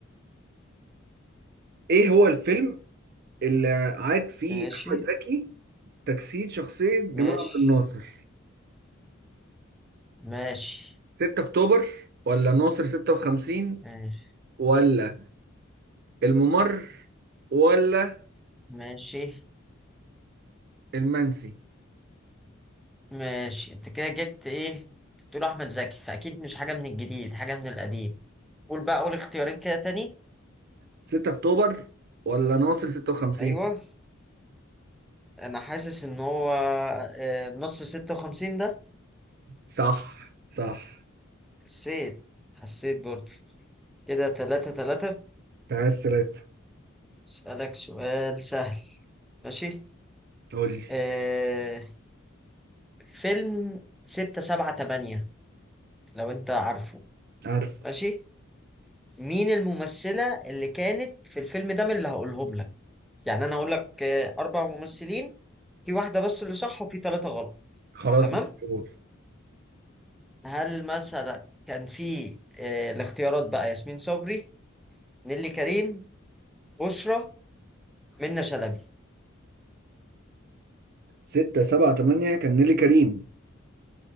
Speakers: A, on the right; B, in the centre.
A: ايه هو الفيلم اللي عاد فيه
B: ماشي
A: احمد زكي تجسيد شخصية جمال
B: ماشي
A: عبد الناصر
B: ماشي
A: 6 اكتوبر ولا ناصر 56
B: ماشي
A: ولا الممر ولا
B: ماشي
A: المنسي
B: ماشي انت كده جبت ايه تقول احمد زكي فاكيد مش حاجة من الجديد حاجة من القديم قول بقى اول اختيارين كده تاني
A: 6 اكتوبر ولا ناصر 56
B: ايوه انا حاسس ان هو آه، نص ستة وخمسين ده
A: صح صح
B: حسيت حسيت برضه كده تلاتة تلاتة
A: تعال ثلاثة
B: اسألك سؤال سهل ماشي
A: قول لي
B: آه، فيلم ستة سبعة تمانية لو انت عارفه
A: عارف
B: ماشي مين الممثلة اللي كانت في الفيلم ده من اللي هقولهم لك يعني انا هقول لك آه، اربع ممثلين في واحدة بس اللي صح وفي ثلاثة غلط
A: خلاص
B: تمام
A: محفوظ
B: هل مثلا كان في آه، الاختيارات بقى ياسمين صبري نيلي كريم بشرى منة شلبي
A: ستة سبعة تمانية كان نيلي كريم